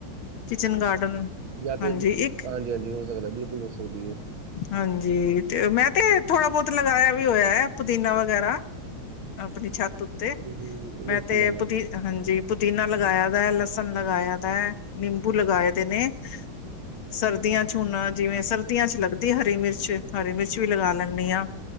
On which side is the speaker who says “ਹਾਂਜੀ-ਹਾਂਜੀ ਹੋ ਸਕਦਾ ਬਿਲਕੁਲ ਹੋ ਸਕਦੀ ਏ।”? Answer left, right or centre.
Right